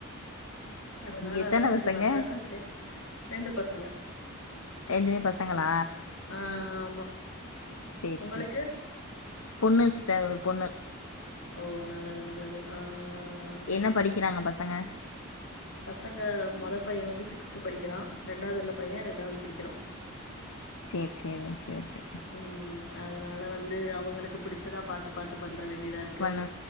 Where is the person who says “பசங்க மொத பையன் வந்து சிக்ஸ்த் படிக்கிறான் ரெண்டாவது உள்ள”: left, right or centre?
Left